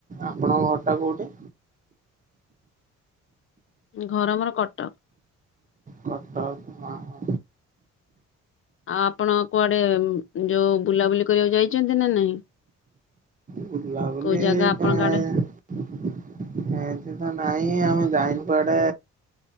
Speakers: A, on the right (about 25°); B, on the left (about 45°).
A: ଆପଣଙ୍କ ଘର ଟା କୋଉଠି?
B: ଘର ମୋର କଟକ୍।
A: କଟକ୍ ଆ ହାଁ।
B: ଆଉ ଆପଣ କୁଆଡେ ଯୋଉ ବୁଲାବୁଲି କରିବାକୁ ଯାଇଛନ୍ତି ନା ନାହିଁ?
A: ବୁଲା ବୁଲି
B: କୋଉ ଜାଗା ଆପଣଙ୍କ
A: କାଇଁ
B: ଆଡେ
A: ଏନ୍ତି ତ ନାଇଁ ଆମେ ଯାଇନୁୁ କୁଆଡେ